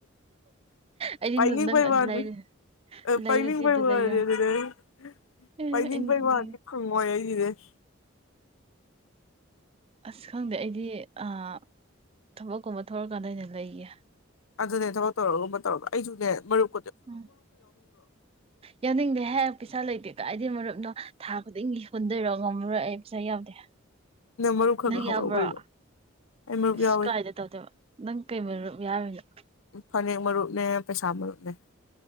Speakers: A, on the right; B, on the left.
A: ꯑꯩꯗꯤ
B: ꯄꯥꯏꯅꯤꯡꯕꯩ
A: ꯅ- ꯅꯪ ꯑꯗꯨ
B: ꯋꯥꯅꯤ
A: ꯂꯩꯔꯦ ꯂꯩꯔꯗꯤ
B: ꯄꯥꯏꯅꯤꯡꯕꯣꯏ
A: ꯑꯗꯨ
B: ꯋꯥꯅꯤ
A: ꯂꯩꯔ
B: ꯑꯗꯨꯗꯩ ꯑꯩ
A: ꯑꯦ
B: ꯄꯥꯏꯅꯤꯡꯕꯩ
A: ꯑꯩ ꯅꯣꯛꯅꯤꯡꯉꯦ
B: ꯋꯥꯅꯤ ꯈꯪꯉꯣꯏ ꯑꯩ ꯦ <unintelligible>
A: ꯑꯁ ꯈꯪꯗꯦ ꯑꯩꯗꯤ ꯑ ꯊꯕꯛꯀꯨꯝꯕ ꯊꯣꯛꯂꯀꯥꯟꯗ ꯑꯩꯅ ꯂꯩꯌꯦꯦ
B: ꯑꯗꯨꯅꯦ ꯊꯕꯛ ꯇꯧꯔꯒꯨꯝꯕ ꯇꯧꯔꯒ ꯑꯩꯁꯨꯅꯦ ꯃꯔꯨꯞ
A: ꯎꯝ ꯌꯥꯅꯤꯡꯗꯦ ꯍꯥꯏ ꯄꯩꯁꯥ ꯂꯩꯇꯦ ꯀꯥꯏꯗꯒꯤ ꯃꯔꯨꯞꯅꯣ ꯊꯥ ꯈꯨꯗꯤꯡꯒꯤ ꯍꯨꯟꯗꯣꯏꯔꯣ ꯉꯝꯃꯨꯔꯦꯕ ꯄꯩꯁꯥ ꯌꯥꯎꯗꯦ
B: ꯃꯔꯨꯞ ꯈꯔ
A: ꯅꯪ
B: ꯈꯔ
A: ꯌꯥꯎꯕ꯭ꯔꯣ
B: ꯍꯧꯔꯛꯎ ꯀꯩꯅꯣ ꯑꯩ ꯃꯔꯨꯞ
A: ꯏꯁ
B: ꯌꯥꯎꯋꯤ
A: ꯀꯥꯏꯗ ꯇꯧꯗꯣꯏꯕ ꯅꯪ ꯀꯩ ꯃꯔꯨꯞ ꯕꯤ ꯌꯥꯎꯔꯤꯕ
B: ꯐꯅꯦꯛ ꯃꯔꯨꯞꯅꯦ ꯄꯩꯁꯥ ꯃꯔꯨꯞꯅꯦ